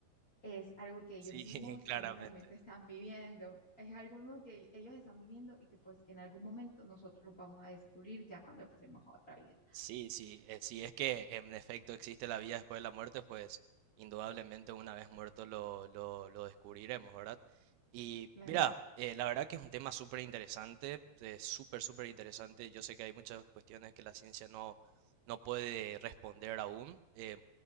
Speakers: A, on the left; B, on the right.
A: es algo que ellos
B: Sí,
A: mismos
B: <laughs> claramente.
A: en ese momento están viviendo. Es algo mismo que ellos están viviendo y que pues en algún momento nosotros lo vamos a descubrir ya cuando pasemos a otra vida.
B: Sí, sí, eh, si es que en efecto existe la vida después de la muerte, pues indudablemente una vez muerto lo, lo, lo descubriremos, ¿verdad? Y
A: Claro.
B: mira, eh, la verdad que es un tema súper interesante, eh, súper, súper interesante. Yo sé que hay muchas cuestiones que la ciencia no, no puede responder aún. eh,